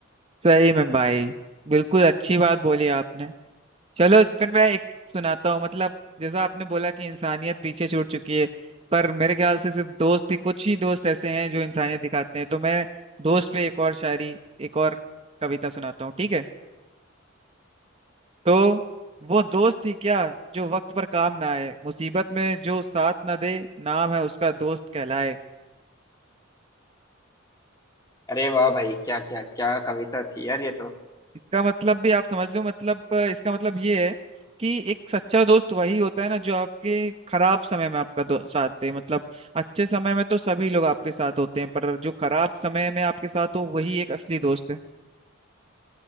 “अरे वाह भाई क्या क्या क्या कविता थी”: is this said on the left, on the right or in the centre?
Left